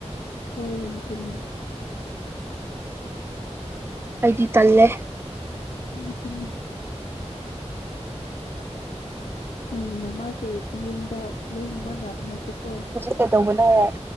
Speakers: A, on the left; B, on the right.
A: ꯍꯣꯏ ꯑꯗꯨꯅꯦ
B: ꯑꯩꯗꯤ ꯇꯜꯂꯦ
A: ꯎ ꯑꯗꯨꯅꯦ ꯅꯪꯒꯤ ꯃꯃꯥꯒꯤ ꯌꯨꯝꯗ ꯂꯣꯏꯅꯃꯛꯅ ꯅꯗꯦꯀꯣ
B: ꯀꯩꯗꯧꯕꯅꯦ ꯍꯥꯏꯔꯣ